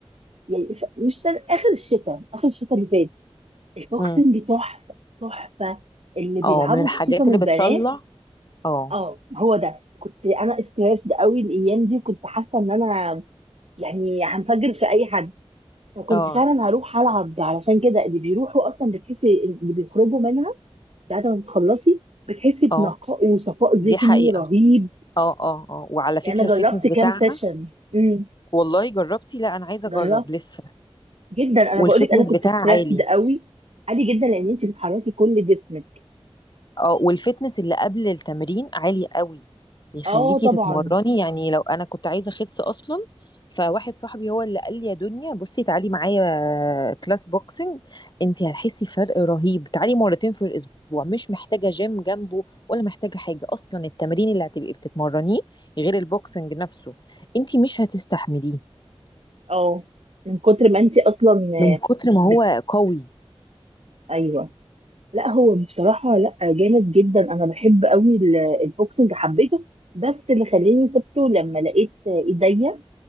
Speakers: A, on the right; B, on the left.
A: يعني في... مش سنة... اخر الشتاء اخر الشتاء اللي فات البوكسنج
B: امم
A: تحفه تحفه اللي بيلعبوا
B: اه من الحاجات
A: خصوصا البنات
B: اللي بتطلع اه
A: اه هو ده كنت انا استريسد قوي الايام دي وكنت حاسه ان انا يعني هنفجر في اي حد فكنت
B: اه
A: فعلا هروح العب علشان كده اللي بيروحوا اصلا بتحسي اللي بيخرجوا منها بعد ما بتخلصي بتحسي بنقاء
B: اه
A: وصفاء ذهني
B: دي حقيقه
A: رهيب
B: اه اه اه وعلى فكره
A: يعني انا
B: الفتنس
A: جربت كام
B: بتاعها
A: سيشن امم
B: والله جربتي لا انا عايزه
A: جربت
B: اجرب لسه
A: جدا انا
B: والفتنس
A: بقول لك انا كنت
B: بتاعها
A: ستريسد
B: عالي
A: قوي عادي جدا لان انت بتحركي كل جسمك
B: اه والفتنس اللي قبل التمرين عالي قوي بيخليكي
A: اه طبعا
B: تتمرني يعني لو انا كنت عايزه اخس اصلا فواحد صاحبي هو اللي قال لي يا دنيا بصي تعالي معايا كلاس بوكسنج انت هتحسي فرق رهيب تعالي مرتين في الاسبوع مش محتاجه جيم جنبه ولا محتاجه حاجه اصلا التمرين اللي هتبقي بتتمرنيه غير البوكسنج نفسه انت مش هتستحمليه
A: اه من كتر ما انت اصلا آه،
B: من كتر ما هو
A: بت...
B: قوي
A: ايوه لا هو بصراحه لا جامد جدا انا بحب قوي ال- البوكسنج حبيته بس اللي خلاني سبته لما لقيت ايديا